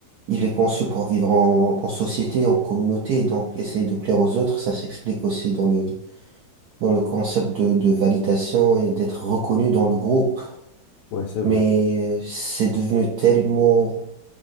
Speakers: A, on the right (about 75°); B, on the left (about 75°).
A: il est conçu pour vivre en, en société, en communauté. Donc, essayer de plaire aux autres, ça s'explique aussi dans le, dans le concept de, de validation et d'être reconnu dans le groupe.
B: ouais, c'est vrai.
A: Mais euh, c'est devenu tellement